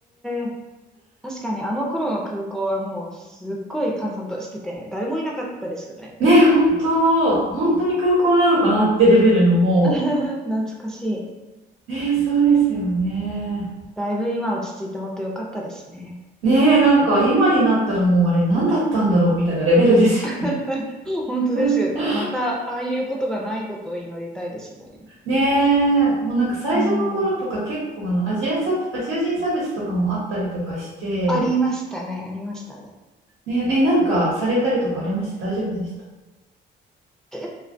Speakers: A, in the centre; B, on the right (about 75°).
A: え。確かにあの頃の空港はもうすっごい閑散としてて、誰もいなかったですよね。
B: ねえ本当本当に空港なのかなってレベルのも
A: <laughs> 懐かしい。
B: うねえそうですよね
A: だいぶ今落ち着いて本当良かったですね。
B: ねえなんか今になったらもうあれ何だったんだろうみたいなレベルですよね。
A: <laughs> 本当ですよね。
B: うん
A: またああいうことがないことを祈りたいですね。
B: ねえもうなんか最初の頃とか結構あのアジア差別アジア人差別とかもあったりとかして
A: うん。ありましたね。ありましたね。
B: ねええなんかされたりとかありました大丈夫でした
A: うー